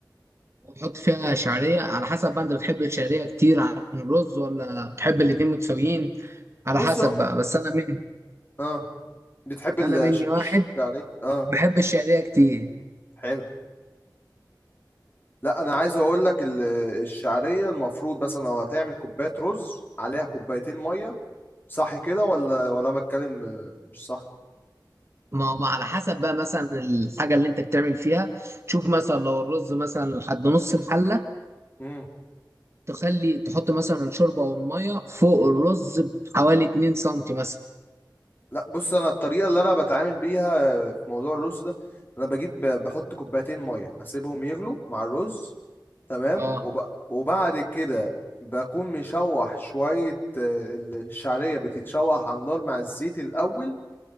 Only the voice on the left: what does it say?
بص
اه بتحب الش...
ش... يعني اه
حلو لا انا عايز اقول لك ال- الشعريه المفروض مثلا لو هتعمل كوبايه رز عليها كوبايتين ميه صح كده ولا
ولا أنا بتكلم آه، مش صح
امم
لا بص انا الطريقه اللي انا بتعامل بيها آه، في موضوع الرز ده انا بجيب ب- بحط كوبايتين ميه اسيبهم يغلوا مع الرز تمام
وب... وبعد كده بكون مشوح شويه آه، الشعريه بتتشوح على النار مع الزيت الاول